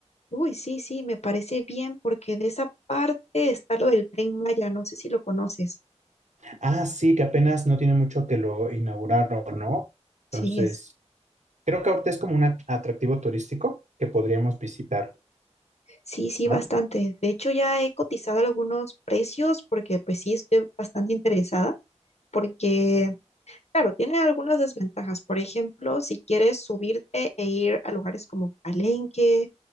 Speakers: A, on the left; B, on the right.
A: Uy, sí, sí, me parece bien porque de esa parte está lo del Tren Maya, no sé si lo conoces.
B: Ah, sí, que apenas no tiene mucho que lo inauguraron, ¿no?
A: Sí,
B: Entonces,
A: es,
B: Creo que ahorita es como un at- atractivo turístico que podríamos visitar,
A: sí, sí,
B: ¿no?
A: bastante. De hecho ya he cotizado algunos precios porque pues sí, estoy bastante interesada porque Claro, tiene algunas desventajas. Por ejemplo, si quieres subirte e ir a lugares como Palenque